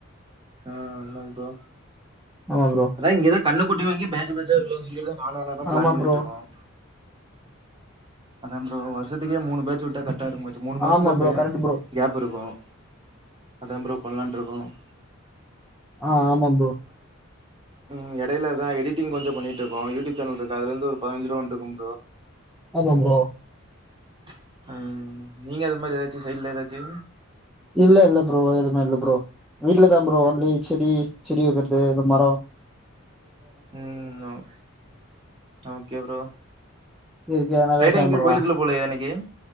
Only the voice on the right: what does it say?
ஆஹ் நோோ
அதான் இங்கதான் கண்ணுக்குட்டி வாங்கி பே <unintelligible> நாால எல்லும் பிளான்
பண்ணிட்டு
இருக்கோம் அதது அ வசதி மூு பேஜ ஊட்ட கட்ட இரு மூணு மாசம்
தான்
கேப் இருக்கும் அத அப்புறம் கொலாட்டு இருக்கணும்
உம் இடையில தான் எடிட்டிங் கொஞ்சம் பண்ணிட்டு இருக்கும் ூடியூப் சேல் இருக்குது இரு ஒருபன்சுரூவா வன்ட்ருக்கும்
உஹம் நீங்க அது மாதிரி ஏதாச்சு சைடல ஏதாச்சு
உஹம் ஓகே ப்ரோ
ஃரைடே
இங்க
கோயிலுக்குள்ள போல இன்னைக்கு